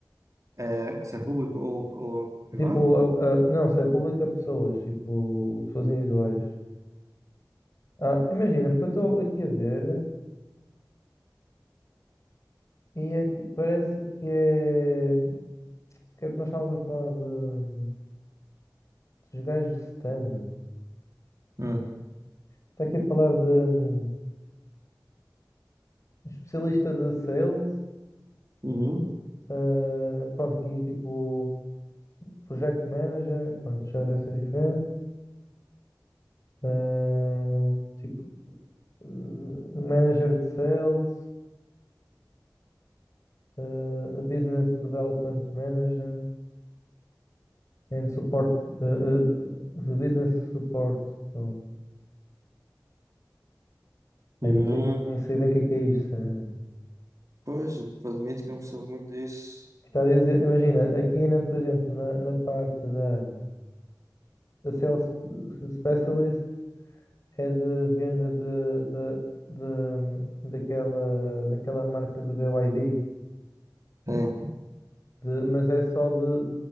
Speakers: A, on the right; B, on the left.
A: É, se é público ou, ou privado?
B: Tipo, a- a- não, se é público a pessoas, tipo, pessoas individuais. Ah, imagina, porque eu estou aqui a ver e é ti- parece que é. que é o que nós estávamos a falar de, dos gajos de stand.
A: Hum.
B: Está aqui a falar de hum, especialista de sales,
A: Uhum.
B: ah, pronto, aqui tipo project manager, pronto, já deve ser diferente. ah, tipo, ah, manager de sales, ah, a business development manager. And support, uh, uh, the business support. So, bem,
A: Uhum.
B: não sei, nem sei bem o que é que é isto, sinceramente.
A: Pois, eu admito que não percebo muito disso.
B: Está a dizer, imagina, aqui, na, por exemplo, na, na parte da, da Sales Specialist é de venda de, de, de- daquela, daquela marca de BYD,
A: É,
B: de, mas é só de,